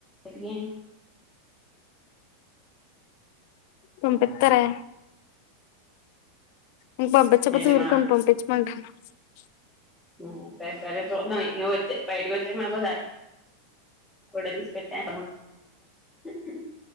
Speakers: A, in the centre; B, on the left.
A: <unintelligible>
B: పంపిత్తారే ఇంక పంపిచ్చకపోతే
A: నిజమా
B: ఊరుకుం పంపించ్ మంకి <unintelligible>
A: ఊ సరే సరే చూద్దాం నువ్వు వచ్చే బయటకొచ్చాక నాకు ఓసారి ఫోటో తీసి పెట్టా <unintelligible>